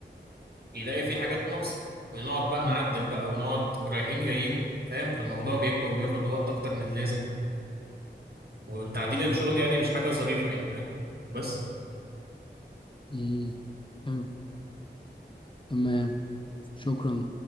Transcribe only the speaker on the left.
امم
امم حلو تمام شكرا